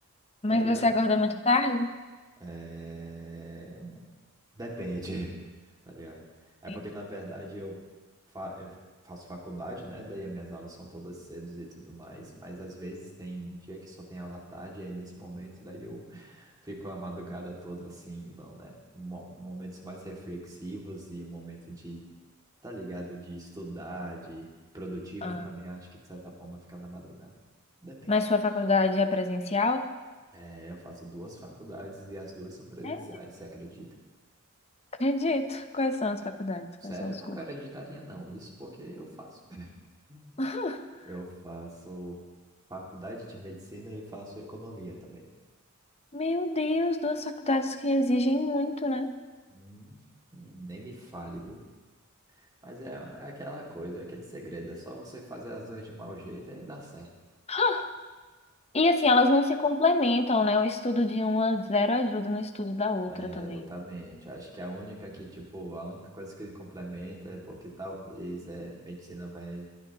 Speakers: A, on the left; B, on the right.
A: Mas
B: tá ligado?
A: você acorda muito tarde?
B: É... Depende, <laughs> tá ligado? É
A: Sim.
B: porque, na verdade, eu, fa- eu faço faculdade, né? Daí as minhas aulas são todas cedo e tudo mais, mas às vezes tem dia que só tem aula à tarde, e aí nesse momento, daí eu <laughs> fico a madrugada toda assim, então, né? Mo- Momentos mais reflexivos e momento de, tá ligado? De estudar, de produtivo,
A: Ah,
B: pra mim, acho que de certa forma fica na madrugada. Depende.
A: mas sua faculdade é presencial?
B: É, eu faço duas faculdades e as duas são presenciais,
A: É,
B: você acredita?
A: acredito. Quais são as faculdades? Quais
B: Sério,
A: são os
B: eu não
A: cursos?
B: quero editaria não. Isso porque eu faço. <laughs>
A: <laughs>
B: Eu faço faculdade de medicina e faço economia também.
A: Meu Deus, duas faculdades que exigem muito, né?
B: Hum, nem me fale, viu? Mas é, é aquela coisa, é aquele segredo. É só você fazer as duas de mau jeito e dá certo.
A: <gasps> E assim, elas não se complementam, né? O estudo de uma zero ajuda no estudo da outra
B: É,
A: também.
B: exatamente. Acho que a única que, tipo, a única coisa que complementa é porque talvez é, medicina vai.